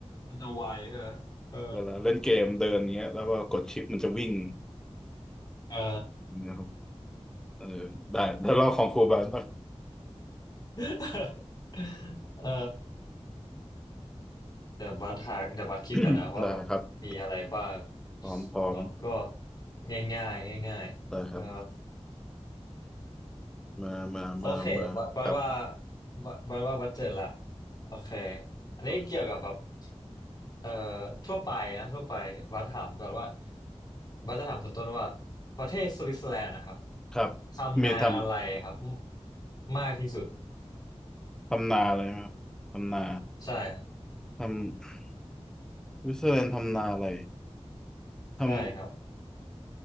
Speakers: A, on the left; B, in the centre.
A: มันจะไวใช่ไหมเออ
B: เวลาเล่นเกมเดินเงี้ยแล้วก็กดชิปมันจะวิ่ง
A: อ่า
B: นะครับเออได้ได้รอบของครูบาลป่ะ
A: <laughs> เออ เดี๋ยวบัสหาเดี๋ยวบัสคิดก่อนนะว่าแบบมีอะไรบ้าง
B: <coughs> ได้ครับพร้อมพร้อม
A: เนาะก็ง่ายง่ายง่ายง่ายๆเอ่อ
B: ได้ครับมามามามาครับ
A: โอเคบัสบัสว่าบัสบัสว่าบัสเจอละโอเคอันนี้เกี่ยวกับแบบ
B: โอเค
A: เอ่อทั่วไปนะทั่วไปบัสถามก่อนว่าบัสจะถามคุณต้นว่าประเทศสวิตเซอร์แลนด์นะครับ
B: ครับเมย์ทำ
A: ทำนาอะไรครับมากที่สุด
B: ทำนาอะไรครับทำนา
A: ใช่ครับ
B: ทำวิสเซอร์แลนด์ทำนาอะไรท
A: ใช่ครับ